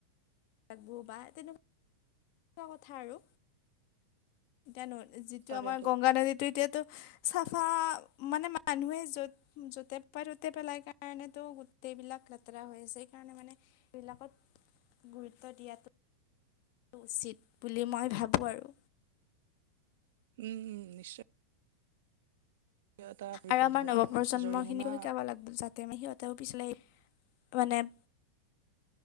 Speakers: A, on the left; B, on the right.
A: <unintelligible> তেনেকুৱা কথা আৰু। এতিয়া ন যিটো
B: তাকেতো
A: আমাৰ গংগা নদীটো এতিয়াতো চাফা মানে মানুহে য'ত য'তে পায় ত'তে পেলাই কাৰণেতো গোটেইবিলাক লেতেৰা হৈ আছে। সেই কাৰণে মানে এই বিলাকত গুৰুত্ব দিয়াতো উচিত বুলি মই ভাবোঁ আৰু।
B: উম উম নিশ্চয় এটা বিষয়
A: আৰু আমাৰ
B: ধৰ
A: নৱপ্ৰজন্ম
B: জৰিমনা
A: খিনিকো শিকাব লাগ যাতে মানে সিহঁতেও পিছিলে মানে